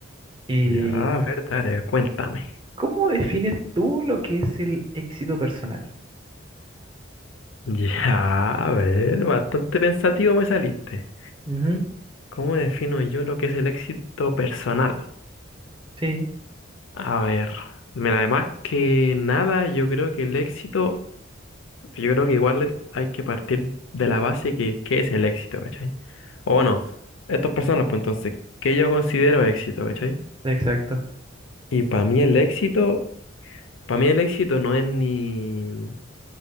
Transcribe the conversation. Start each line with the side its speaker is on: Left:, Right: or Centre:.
Right: ¿Y
Left: ya, a ver, dale. Cuéntame. <laughs>
Right: cómo defines tú lo que es el éxito personal?
Left: Ya, a ver, bastante pensativo me saliste.
Right: Ujú,
Left: ¿Cómo defino yo lo que es el éxito personal?
Right: Sí,
Left: A ver, mira, además que nada, yo creo que el éxito, yo creo que igual hay que partir de la base que qué es el éxito, ¿cachai? O bueno, estas personas, pues entonces, ¿qué yo considero éxito, ¿cachai?
Right: exacto.
Left: Y para mí el éxito, para mí el éxito no es ni,